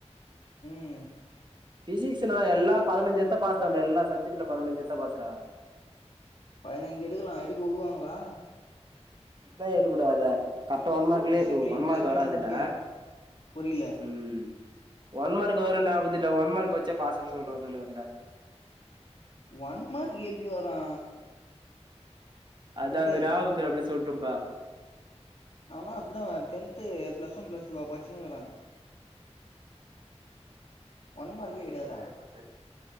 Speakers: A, on the left; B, on the right.
A: உம்
B: பிசிக்ஸ்னா எல்லா பதனஞ்சி எடுத்தா பாஸ் தாண்டா எல்லா சப்ஜெக்ட்ல பதனஞ்சு எடுத்தா பாஸ் ரா
A: பதனஞ்சு எடுக்கலா எடுக்க வுடுவாங்களா
B: ஏ எடுக்கூடாது கத்த ஒன்மார்க்க்லயே
A: டிசிப்ளின்
B: <unintelligible> ஒன்மார்க்க்
A: டிசிப்ளின்
B: வராதுல்ல
A: முக்கியோ புரில
B: உம் ஒன் மார்க் வரு <unintelligible> ஒன் மார்க் படிச்சா பாஸ்சுன்னு சொல்ல <unintelligible> என்ட
A: ஒன் மார்க் எப்டி வரு
B: அது
A: மெண்டல்
B: அந்த ஞாபத்துல அப்டி சொல்லடம்ப்பா
A: ஆமா அப்புறோ டென்த் த்து பிளஸ் ஒன் பிளஸ் டூவா பச்சினுக்கிறா ஒன் மார்க்கே
B: <inaudible>
A: கெடையாதுடா